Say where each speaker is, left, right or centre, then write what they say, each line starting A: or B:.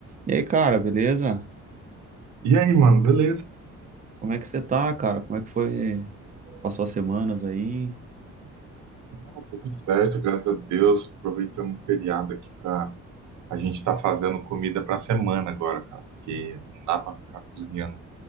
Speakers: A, on the right; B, on the right.
A: E aí, cara, beleza?
B: E aí, mano, beleza?
A: Como é que você tá, cara? Como é que foi? Passou as semanas aí?
B: Não, tá tudo certo, graças a Deus. Aproveitamos o feriado aqui pra. A gente tá fazendo comida pra semana agora, cara, porque não dá pra ficar cozinhando